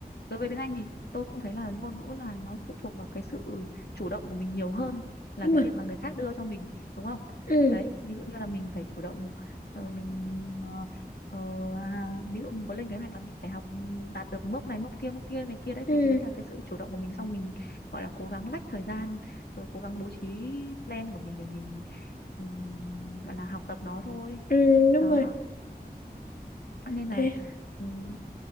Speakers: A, on the left (about 75°); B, on the left (about 55°).
A: đối với tiếng Anh thì tôi cũng thấy là ngôn ngữ là nó phụ thuộc vào cái sự chủ động của mình nhiều hơn là
B: đúng
A: cái
B: rồi
A: việc là người khác đưa cho mình đúng không
B: ừ,
A: đấy ví dụ như là mình phải chủ động ờ, mình ờ, ờ, à, ví dụ mình có lên kế hoạch là mình phải học ừ, đạt được mốc này mốc kia mốc kia này kia đấy
B: ừ,
A: thì cái đấy là cái sự chủ động của mình xong mình gọi là cố gắng lách thời gian rồi cố gắng bố trí plan của mình để mình ừ, gọi là học tập nó thôi
B: ừ, đúng
A: đó
B: rồi
A: nên
B: thế
A: là ừm,